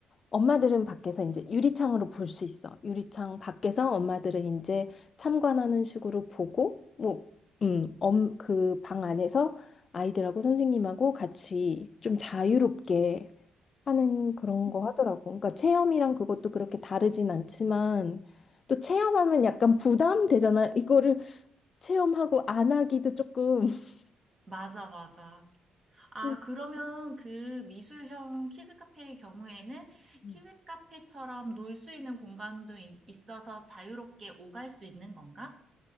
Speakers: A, on the left; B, on the right.
A: 엄마들은 밖에서 이제 유리창으로 볼 수 있어. 유리창 밖에서 엄마들은 이제 참관하는 식으로 보고, 뭐, 음, 엄, 그 방 안에서 아이들하고 선생님하고 같이 좀 자유롭게 하는 그런 거 하더라고. 그러니까 체험이랑 그것도 그렇게 다르진 않지만, 또 체험하면 약간 부담되잖아. 이거를 체험하고 안 하기도 조금 <laughs>
B: 맞아, 맞아. 아,
A: 음.
B: 그러면 그 미술형 키즈 카페의 경우에는
A: 음.
B: 키즈 카페처럼 놀 수 있는 공간도 이- 있어서 자유롭게 오갈 수 있는 건가?